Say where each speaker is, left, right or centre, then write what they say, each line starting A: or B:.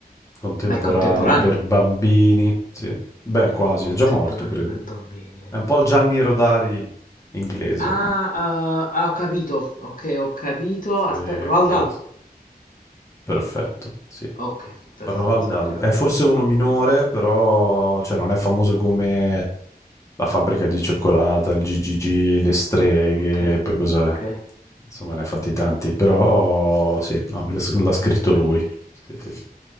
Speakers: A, on the left; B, on the left.
A: contemporanea
B: Ma è contemporaneo?
A: per bambini. Sì. Beh, quasi,
B: Contemporaneo
A: è già morto, credo.
B: per bambini.
A: È un po' il Gianni Rodari inglese.
B: Ah, eh, ah, ho capito, ok, ho capito,
A: Sì,
B: aspetta, Roald
A: che
B: Dahl.
A: lo- Perfetto, sì.
B: Ok, perfetto,
A: Roald Dahl.
B: ok,
A: È
B: ok,
A: forse
B: ok.
A: uno minore, però cioè, non è famoso come la fabbrica di cioccolata, il GGG, le streghe,
B: Ok,
A: poi cos'è?
B: ok.
A: Insomma, ne ha fatti tanti, però sì, no, l'ha scritto lui. Sì, sì.